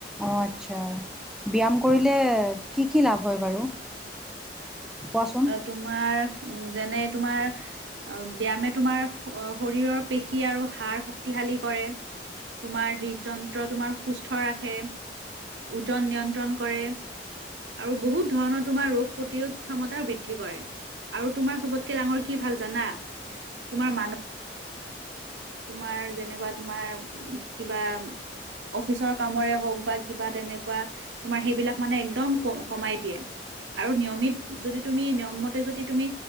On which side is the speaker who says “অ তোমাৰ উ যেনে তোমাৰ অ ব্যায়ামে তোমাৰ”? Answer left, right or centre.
Right